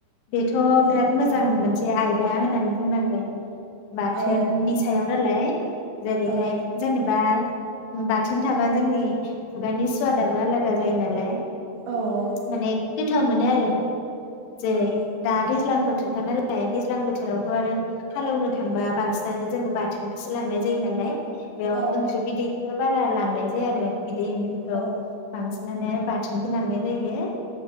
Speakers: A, on the left; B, on the right.
A: बेथ
B: औ
A: बिराद मोजां मोनसे से आयदा होननानै बुंनांगोन। बाथोननि
B: औ
A: सायाव नालाय जेरैहाय
B: औ
A: जेनेबा बाथोन थाबा जोंनि खुगानि स्वादाबबो आलादा जायो नालाय।
B: औ औ।
A: माने गोथाव मोनो आरो जेरै
B: औ
A: दा दै ज्लां बोथोरखा नालाय दैज्लां बोथोरावथ आरो हालौनो थांबा बांसिनानो जोङो बाथोनखौसो लांनाय जायो नालाय। बेयाव
B: औ
A: ओंख्रि बिदैखो बारा लांनाय जाया आरो बिदै ओंख्रिखौ
B: औ
A: बांसि माने बाथोनखौ लांनाय जायो।